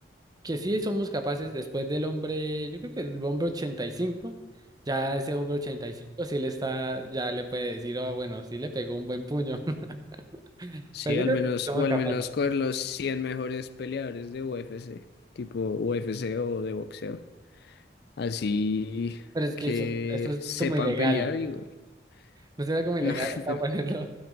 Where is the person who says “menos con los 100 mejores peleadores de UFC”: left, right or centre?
Left